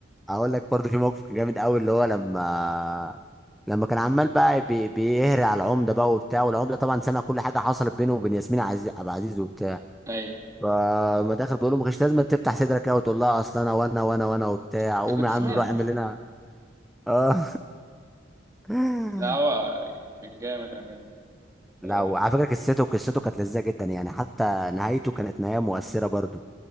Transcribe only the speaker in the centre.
اقول لك برضو في موقف كان جامد قوي اللي هو لما لما كان عمال بقى بي... بيهري على العمده بقى وبتاع والعمده طبعا سمع كل حاجه حصلت بينه وبين ياسمين عزيز ابو عزيز وبتاع
فما داخل بيقول له ما كانش لازم تفتح صدرك قوي وتقول لها اصل انا وانا وانا وانا وبتاع
قوم
يا
عم روح اعمل لنا اه <laughs>
لا
وعلى فكره قصته قصته كانت لذيذه جدا يعني حتى نهايته كانت نهايه مؤثره برضو